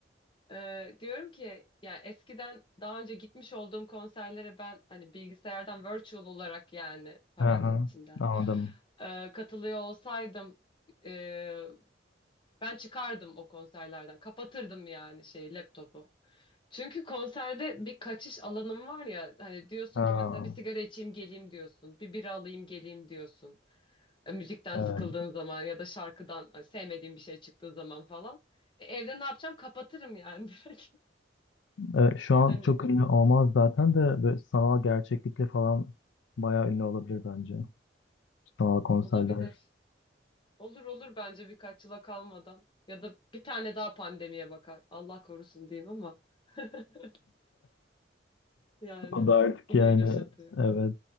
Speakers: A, on the left; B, on the left.
A: Ee, diyorum ki yani eskiden daha önce gitmiş olduğum konserlere ben hani bilgisayardan virtual olarak yani parantez
B: Aha,
A: içinde
B: anladım.
A: e, katılıyor olsaydım e, ben çıkardım o konserlerden. Kapatırdım yani şeyi laptopu. Çünkü konserde bir kaçış alanım var ya hani diyorsun
B: Ha,
A: ki mesela bir sigara içeyim geleyim diyorsun. Bir bira alayım geleyim diyorsun. E, Müzikten
B: evet.
A: sıkıldığın zaman ya da şarkıdan e, sevmediğim bir şey çıktığı zaman falan. E, evde ne yapacağım? Kapatırım yani <laughs> direkt.
B: E, şu an
A: Hani
B: çok ünlü olmaz zaten de böyle sanal gerçeklikle falan bayağı ünlü olabilir bence. Sanal konserler.
A: olabilir. Olur olur bence birkaç yıla kalmadan. Ya da bir tane daha pandemiye bakar. Allah korusun diyeyim ama <laughs> yani
B: O da artık
A: bunu
B: yani
A: yaşatıyor.
B: evet.